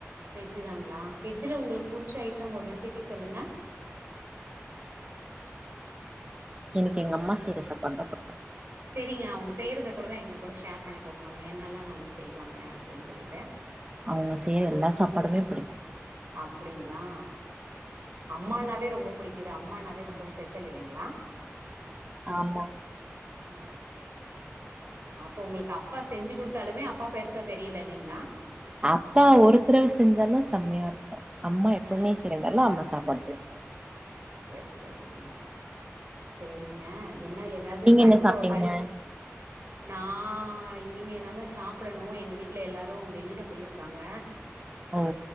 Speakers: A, on the right; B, on the right.
A: வெஜ்தாங்களா வெஜ்ல உங்களுக்கு பிடிச்ச ஐட்டம் ஒரு ரெசிபி சொல்லுங்க
B: எனக்கு எங்க அம்மா செய்யுற சாப்பாடுதா பிடிக்கு
A: தெரியு அவுங்க செய்யறத கூடதா எங்க கூட ஷேர் பண்ணிக்கோங்க அவுங்க என்னெல்லா நல்லா செய்வாங்க அப்டின் சொல்லிட்டு
B: அவுங்க செய்ற எல்லா சாப்பாடுமே பிடிக்கு
A: அப்டிங்களா அம்மாண்ணாவே ரொம்ப பிடிக்குது அம்மாண்ணாவே ரொம்ப ஸ்பெஷல் இல்லைங்களா
B: ஆமா
A: ஆ அப்ப உங்களுக்கு அப்பா செஞ்சி குடுத்தாலுமே அப்பா பெருசா தெரியல இல்லைங்களா
B: அப்பா ஒருத்தறவ செஞ்சாலு செம்மையா இருக்கு அம்மா எப்பவுமே
A: ஆ
B: செய்யுறதால அம்மா சாப்பாடு பிடிக்கு
A: ஆ ஓகே ஓகே ஓகேங்க சேரிங்க என்ன ஏதாவது
B: நீங்க
A: படிப்போ
B: என்ன சாப்ட்டீங்க
A: படிப் நா இனிமே தாங்க சாப்டணு எங்க வீட்ல எல்லோரு வெளில போயிருக்காங்க
B: ஓ